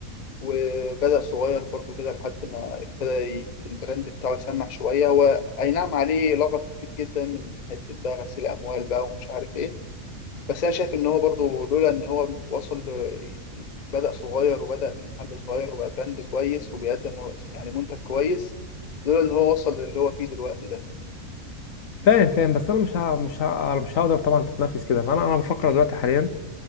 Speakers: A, on the left; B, on the left.
A: وبدا صغير برضه كده لحد ما ابتدى ي- البراند بتاعه يسمع شويه هو اي نعم عليه لغط كتير جدا من حته بقى غسيل اموال بقى ومش عارف ايه بس انا شايف ان هو برضو لولا ان هو وصل ل- بدأ صغير وبدأ من محل صغير وبقى براند كويس وبيقدم يعني منتج كويس لولا ان هو وصل للي هو فيه دلوقتي ده
B: فاهم فاهم بس انا مش ه- مش ه- مش هقدر طبعا تتنافس كده فانا انا بفكر دلوقتي حاليا